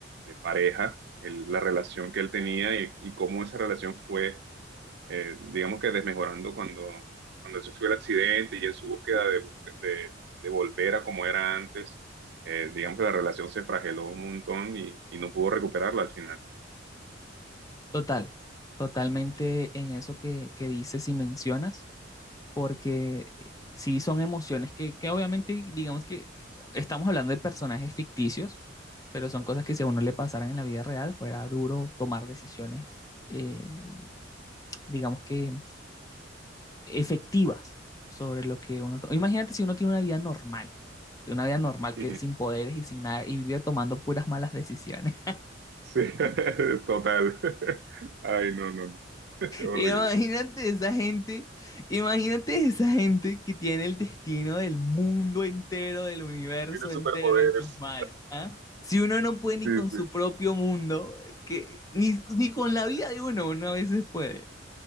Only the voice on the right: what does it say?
de pareja, el- la relación que él tenía y, y cómo esa relación fue, eh, digamos que desmejorando cuando, cuando él sufrió el accidente y en su búsqueda de, de, de volver a como era antes, eh, digamos que la relación se frageló un montón y, y no pudo recuperarla al final.
<laughs>
Sí, <laughs> total. <laughs> Ay, no, no, no. <laughs> Horrible.
Tiene superpoderes.
Sí,
sí.